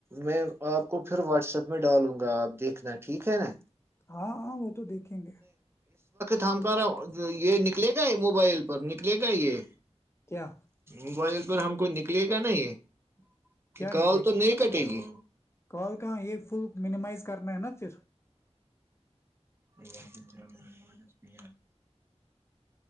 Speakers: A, on the right; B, on the left.
A: میں آپ کو پھر واٹسپ میں ڈالوں گا آپ دیکھنا ٹھیک ہے نا
B: ہاں ہاں وہ تو دیکھیں گے
A: تھامک رہا یہ نکلے گا یہ موبائل پر نکلے گا کہے
B: کیا
A: مبائل ہم کو نکلے گا نا یہ
B: کیا
A: کہ کال
B: نکلے
A: تو
B: گا
A: نہیں کٹے گی
B: کال کہاں یہ فل منیمائز کرنا ہے نا پھر
A: ار <unintelligible>